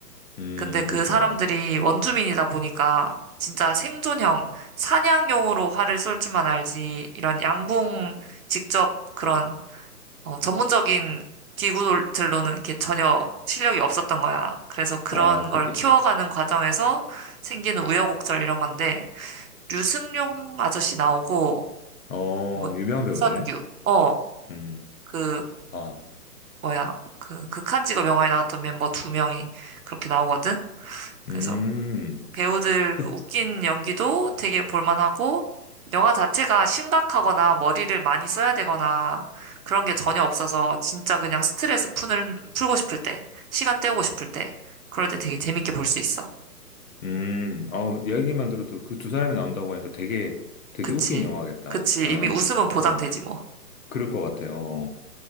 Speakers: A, on the left; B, on the right.
A: 음,
B: 근데 그
A: 그렇구나.
B: 사람들이 원주민이다 보니까 진짜 생존형 사냥용으로 활을 쏠 줄만 알지 이런 양궁 직접 그런 어, 전문적인 기구들로는 이렇게 전혀 실력이 없었던 거야. 그래서 그런
A: 아, 그렇겠지.
B: 걸 키워가는 과정에서 생기는 우여곡절 이런 건데 류승룡 아저씨 나오고
A: 어,
B: 뭐
A: 유명한
B: 김선규
A: 배우네.
B: 어
A: 음,
B: 그
A: 아,
B: 뭐야 그 극한직업 영화에 나왔던 멤버 두 명이 그렇게 나오거든. 그래서
A: 음.
B: 배우들
A: 그,
B: 그 웃긴 연기도 되게 볼만하고 영화 자체가 심각하거나 머리를 많이 써야 되거나 그런 게 전혀 없어서 진짜 그냥 스트레스 푸는 풀고 싶을 때 시간 때우고 싶을 때 그럴 때 되게 재밌게 볼 수 있어.
A: 음, 아 이야기만 들어도 그 두 사람이 나온다고 하니까 되게, 되게
B: 그치
A: 웃긴 영화겠다.
B: 그치
A: 어,
B: 이미 웃음은 보장되지
A: 어,
B: 뭐.
A: 그럴 것 같아요. 어,